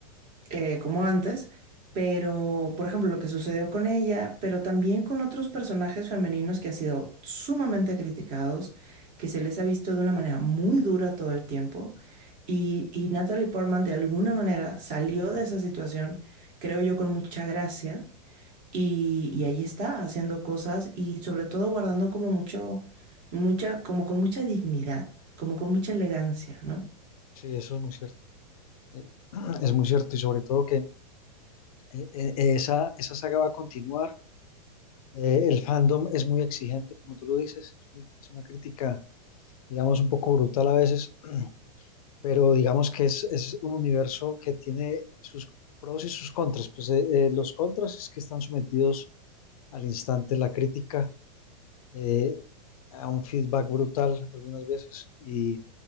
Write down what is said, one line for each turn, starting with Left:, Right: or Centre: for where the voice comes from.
Right: eh, como antes, pero por ejemplo lo que sucedió con ella, pero también con otros personajes femeninos que han sido sumamente criticados, que se les ha visto de una manera muy dura todo el tiempo, y, y Natalie Portman de alguna manera salió de esa situación, creo yo, con mucha gracia, y, y ahí está haciendo cosas y sobre todo guardando como mucho, mucha, como con mucha dignidad, como con mucha elegancia, ¿no?
Left: sí, eso es muy cierto. Eh, <clears throat> Es muy cierto y sobre todo que eh, eh, esa, esa saga va a continuar. Eh, el fandom es muy exigente, como tú lo dices, es, muy- es una crítica, digamos, un poco brutal a veces, pero digamos que es, es un universo que tiene sus pros y sus contras. Pues eh, eh, los contras es que están sometidos al instante la crítica, eh, a un feedback brutal algunas veces. Y,